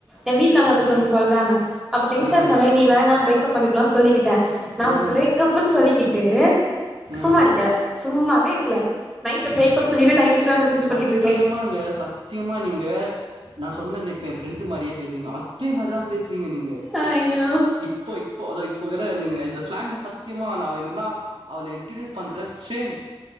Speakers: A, in the centre; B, on the right.
A: ஏ வீட்ல அவன
B: ம்
A: பத்தி ஒன்னு சொல்றாங்க அப்ப டென்ஷனாயி
B: ம்
A: சொன்னே நீ வேணா பிரேக்ப் பண்ணிக்கலா சொல்லிக்கிட்டே நா
B: ம்
A: பிரேக்ப்பன்னு சொல்லிக்கிட்டு
B: ம்
A: சும்மா இருக்குல சும்மாவே இருக்குல பிரேக்கப்
B: ம்
A: சொல்லிட்டு நைட்டு ஃபுல்லா பண்ணிட்டு
B: சத்தியமாங்க
A: இருக்கே
B: சத்தியமா நீங்க நா சொன்னேலப் ஏ ஃப்ரெண்டு மாரியே பேசுவிங்க அதே மாரிதா பேசுறீங்க நீங்க
A: ஐயோ
B: இப்போ இப்போ அத இப்போ கூட நீங்க இந்த ஸ்லாங்க சத்தியமா நா வேணுனா அவள இன் இன்டிட்யூஸ் பண்றே சேம்